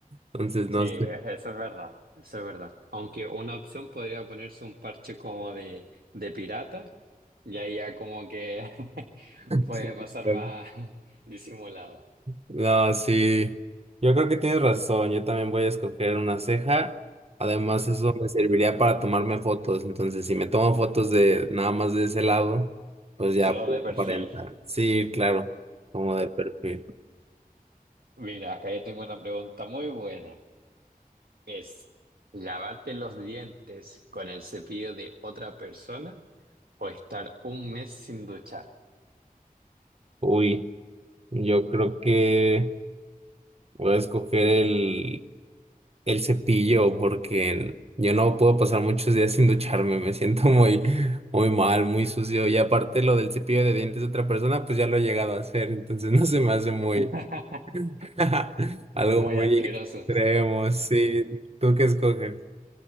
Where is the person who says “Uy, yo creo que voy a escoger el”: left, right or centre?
Right